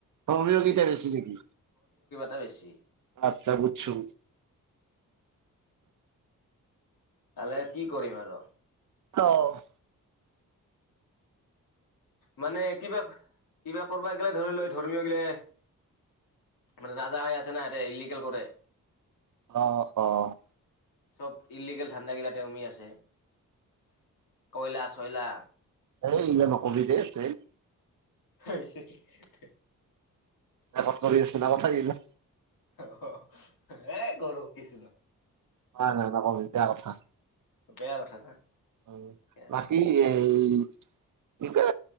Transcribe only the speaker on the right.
<unintelligible> কিতা বেছি নেকি?
আতছা বুটচো।
অ'।
অ' - অ'।
<unintelligible> হবি দে এতে?
এ ক'ত কৰি আছিলা <unintelligible>
নাই নাই নকবি। বেয়া কথা।
অ'
বাকী এই কিবা